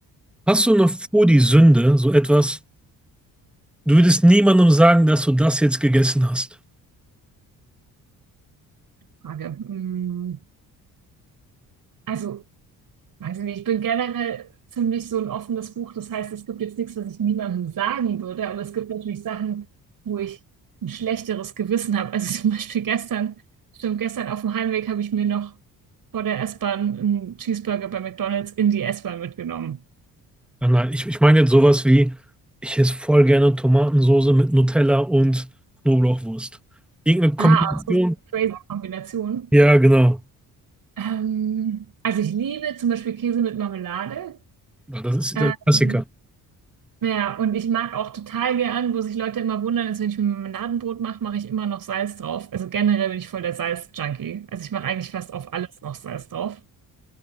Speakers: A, in the centre; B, on the right (about 65°).
A: Hast du noch vor die Sünde so etwas? Du würdest niemandem sagen, dass du das jetzt gegessen hast.
B: Frage. mm, Also Weiß ich nicht, ich bin generell ziemlich so ein offenes Buch. Das heißt, es gibt jetzt nichts, was ich niemandem sagen würde, aber es gibt natürlich Sachen, wo ich ein schlechteres Gewissen habe. Also <laughs> zum Beispiel gestern, stimmt, gestern auf dem Heimweg habe ich mir noch vor der S-Bahn einen Cheeseburger bei McDonald's in die S-Bahn mitgenommen.
A: Nein, nein, ich, ich meine jetzt sowas wie, ich esse voll gerne Tomatensoße mit Nutella und Knoblauchwurst. Irgendeine Kombination.
B: Ah, also so eine crazy Kombination.
A: Ja, genau.
B: Ähm, also ich liebe zum Beispiel Käse mit Marmelade.
A: Ja, Das ist
B: Ähm,
A: der Klassiker.
B: Ja, und ich mag auch total gern, wo sich Leute immer wundern, ist, wenn ich mir Marmeladenbrot mache, mache ich immer noch Salz drauf. Also generell bin ich voll der Salz-Junkie. Also ich mache eigentlich fast auf alles noch Salz drauf.